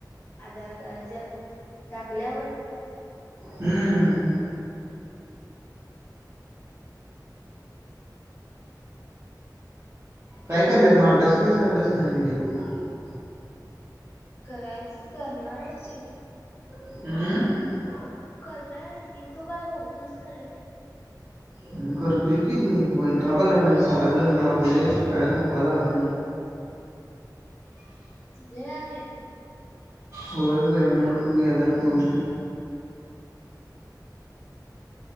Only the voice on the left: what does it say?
आधार हेच्यात दाखल्यावर
करायची करणार आहे की
करणार आहे की तू काय करतोस खरं
लय लागलयं